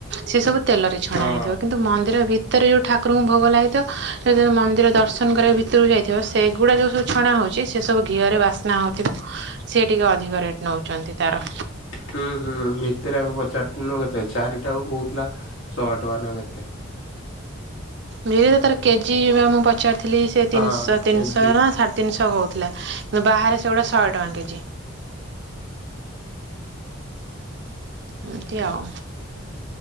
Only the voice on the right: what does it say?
ସେ ସବୁ ତେଲରେ ଛଣା
ହେଇଥିବ କିନ୍ତୁ ମନ୍ଦିର ଭି ତରେ ଯୋଉ ଠାକୁରଙ୍କୁ ଭୋଗ ଲାଗିଥିବ ଯେତେବେଳେ ମନ୍ଦିର ଦର୍ଶନ କରିବା ଭିତରୁକୁ ଯାଇ ଥିବ ସେଗୁଡ଼ା ଯୋଉ ସବୁ ଛଣା ହଉଛି ସେ ସବୁ ଘିଅରେ ବାସ୍ନା ହେଉଥିବ ସିଏ ଟିକେ ଅଧିକ ରେଟ୍ ନେଉ। ଛନ୍ତି ତାର
ବିରି ତ ତାର କେଜି ମୁଁ ପଚାରୁ ଥିଲି ସେ
ତିନଶହ ତିଂସହ
ନା ସାଢ଼େ ତିିନସହ କହୁଥିଲା କିନ୍ତୁ ବାହାରେ ସେଗୁଟା ଶହ ଟଙ୍କା କେଜି ଏମିତି ଆଉ